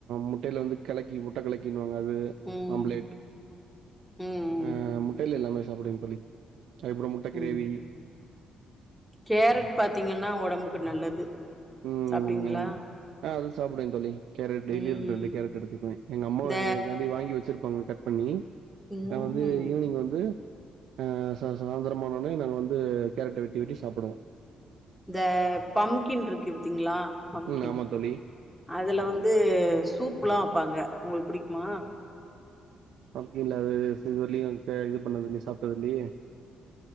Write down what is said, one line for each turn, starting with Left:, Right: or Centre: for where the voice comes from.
Right: முட்ட ட்ட வ கலக்கி முட்ட கலக்கினுவாங்க அது
Centre: ம்
Right: ஆம்லேட்ஆஹ்
Centre: ம் ம்
Right: முட்டையில எல்லாமே சாப்பிடுங் தோழி அதுப்புறம் முட்டை கிரேவி
Centre: ம் கேரட் பாத்தீங்கன்னா உடம்புக்கு நல்லது
Right: ம்
Centre: சாப்டீங்களா
Right: ஆமா ஆ அது சாப்பிடுவேன் தோழி கேரட் டெய்லி
Centre: ம்
Right: இருண்டு இருண்டு கேரட் எடுத்து எங்க அம்மா
Centre: இந்த
Right: எக்காண்டி வாங்கி வச்சிருப்பாங்க கட் பண்ணி
Centre: ம்
Right: நான் வந்து ஈவினிங் வந்து ஆஹ் சாயந்திரமானோடனே நாங்க வந்து கேரட்ட வெட்டி வெட்டி சாப்பிடுவோம்
Centre: இந்த பம்கின் இருக்கு பாத்தீங்களா பம்கின்
Right: ம் ஆமா தோழி
Centre: அதுல வந்து சூப் எல்லாம் வைப்பாங்க உங்களுக்கு புடிக்குமா
Right: அப்டிங்களா அது இது வரயும் இது பண்ணது இல்லையே சாப்பிட்டது இல்லையே